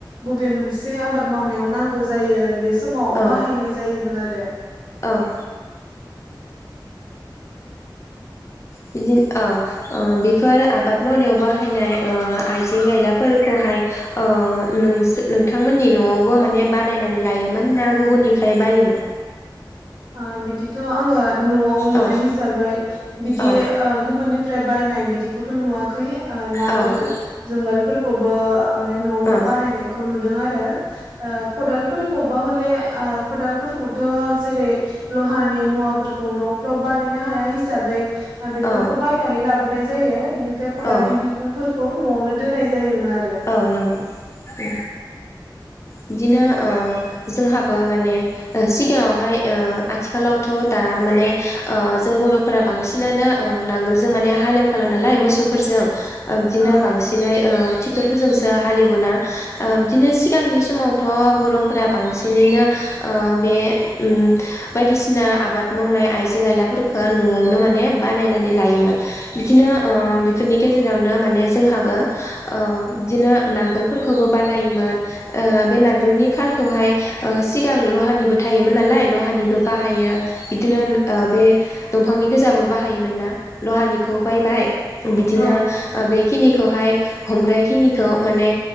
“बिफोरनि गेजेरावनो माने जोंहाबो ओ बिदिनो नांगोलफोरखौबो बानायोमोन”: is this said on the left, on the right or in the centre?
Left